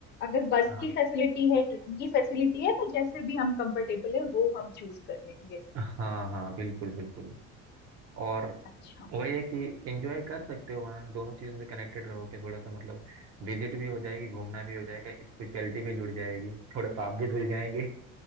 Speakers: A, on the left; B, on the right.
A: अगर बस
B: हाँ
A: की फैसिलिटी है ट्रेन की फैसिलिटी है तो जैसे भी हम कंफर्टेबल है वो हम चूज कर लेंगे
B: हाँ हाँ बिल्कुल बिल्कुल और
A: अच्छा
B: वही है कि एंजॉय कर सकते हो वहाँ दोनों चीज़ों से कनेक्टेड रहोगे थोड़ा सा मतलब विजिट भी हो जाएगी घूमना भी हो जाएगा स्पिरिचुअलिटी भी जुड़ जाएगी थोड़े पाप भी धुल जाएंगे